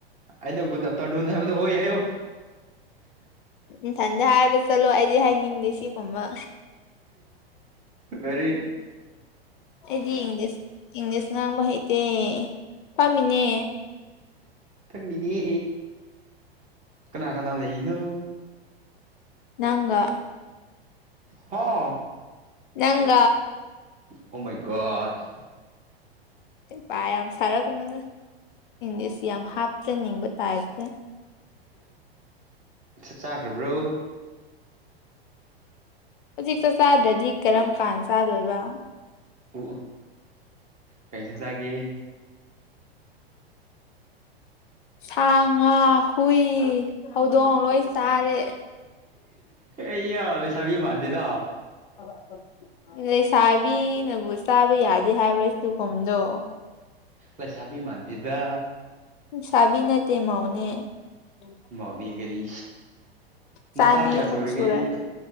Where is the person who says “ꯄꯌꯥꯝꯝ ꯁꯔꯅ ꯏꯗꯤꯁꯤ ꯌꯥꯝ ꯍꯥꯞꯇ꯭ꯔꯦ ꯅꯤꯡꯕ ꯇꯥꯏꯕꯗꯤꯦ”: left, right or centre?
Left